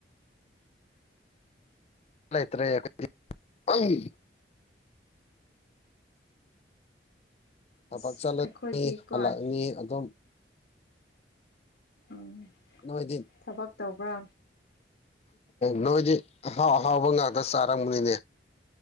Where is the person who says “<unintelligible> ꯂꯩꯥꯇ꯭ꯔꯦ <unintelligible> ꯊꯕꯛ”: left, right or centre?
Left